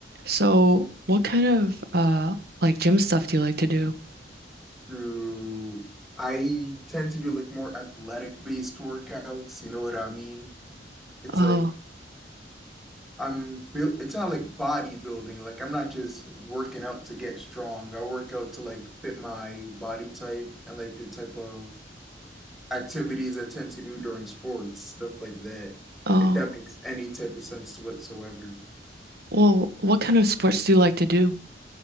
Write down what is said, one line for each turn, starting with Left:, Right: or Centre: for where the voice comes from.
Right: So, what kind of uh like gym stuff do you like to do?
Centre: True. I tend to do like more athletic based workouts, you know what I mean? It's
Right: Oh,
Centre: like I'm built, it's not like bodybuilding. Like I'm not just working out to get strong. I work out to like fit my body type and like the type of activities I tend to do during sports, stuff like that.
Right: oh.
Centre: If that makes any type of sense whatsoever.
Right: Well, what kind of sports do you like to do?